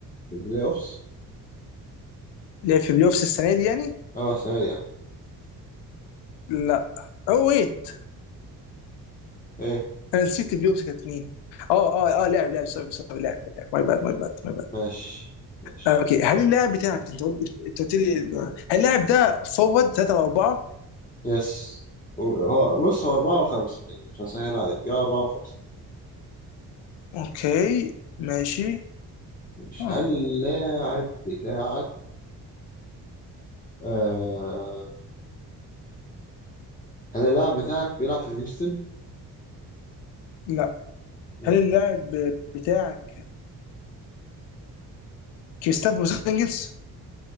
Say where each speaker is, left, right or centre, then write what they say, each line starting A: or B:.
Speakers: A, on the left; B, on the left.
A: في البلاي أوفس؟
B: لعب في بلاي اوفس السنه دي يعني
A: اه ثانية
B: لا او ويت
A: ايه
B: انا نسيت البلاي اوفس كانت مين اه اه اه لاعب لاعب سوري سوري لاعب لاعب ماي باد ماي باد ماي باد
A: ماشي ماشي
B: آه، اوكي هل اللاعب بتاعك انت قلت انت قلت لي هل اللاعب ده فورورد ثلاثة وأربعة؟
A: يس هو بص هو أربعة وخمسة يعني مش هسهل عليك بيلعب أربعة وخمسة
B: اوكي ماشي
A: ماشي
B: آه.
A: هل اللاعب بتاعك آه... هل اللاعب بتاعك بيلعب في هيوستن؟
B: لا
A: مم.
B: هل اللاعب بتاعك كريستافو سانجلز؟